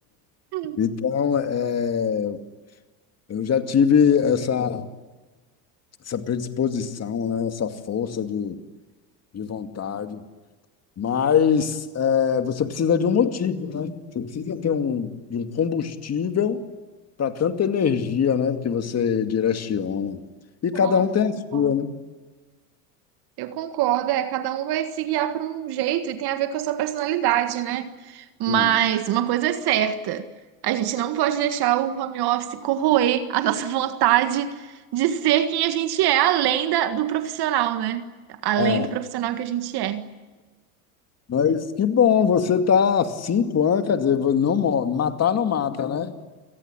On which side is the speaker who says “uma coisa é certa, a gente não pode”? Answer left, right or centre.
Right